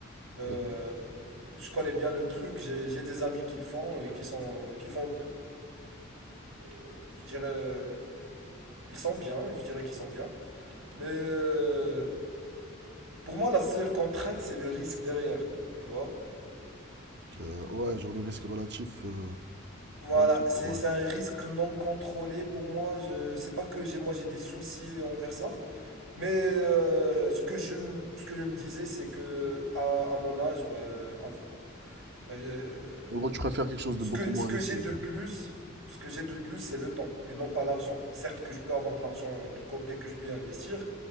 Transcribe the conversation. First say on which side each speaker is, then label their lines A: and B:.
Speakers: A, on the right; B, on the right.
A: Euh,
B: D'accord.
A: je connais bien le truc. J'ai, j'ai des amis qui le font et qui sont, euh, qui font, euh, je dirais, euh, ils sont bien. Je dirais qu'ils sont bien. Mais euh, pour moi, la seule contrainte, c'est le risque derrière, tu vois.
B: Donc, Euh, ouais, genre le risque relatif. euh,
A: Voilà,
B: relatif,
A: c'est
B: ouais.
A: c'est un risque non contrôlé pour moi. Je sais pas que j'ai moi j'ai des soucis envers ça, mais euh, ce que je m- ce que je me disais c'est que à, à mon âge, bah, euh, à- bah, euh,
B: En gros, tu préfères quelque chose
A: ce
B: de beaucoup
A: que
B: moins
A: ce que
B: risqué,
A: j'ai de
B: quoi.
A: plus, ce que j'ai de plus c'est le temps et non pas l'argent. Certes que je peux avoir de l'argent de côté que je peux investir,